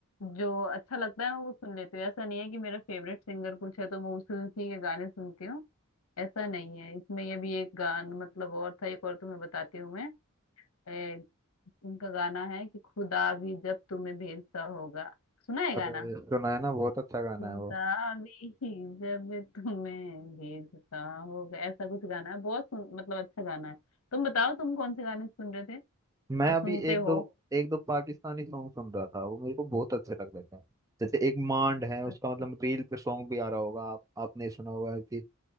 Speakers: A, on the left (about 85°); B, on the right (about 15°).
A: जो अच्छा लगता है मैं वो सुन लेती हूँ ऐसा नहीं है कि मेरा फेवरेट सिंगर कुछ है तो मैं उसी उसी के गाने सुनती हूँ ऐसा नहीं है इसमें ये भी एक गान मतलब और था एक और तुम्हें बताती हूँ मैं ए, उनका गाना है कि खुदा भी जब तुम्हें भेजता होगा सुना है गाना
B: और सुना है ना बहुत अच्छा गाना
A: खुदा
B: है वो
A: भी जब तुम्हें भेजता होगा ऐसा कुछ गाना है बहुत सुन, मतलब अच्छा गाना है तुम बताओ तुम कौन से गाने सुन रहे थे
B: मैं
A: या
B: अभी
A: सुनते
B: एक
A: हो
B: दो एक दो पाकिस्तानी सॉन्ग सुन रहा था वो मेरे को बहुत अच्छे लग रहे थे जैसे एक मांड है उसका
A: अच्छा
B: मतलब रील पे सॉन्ग भी आ रहा होगा आप आपने सुना होगा कि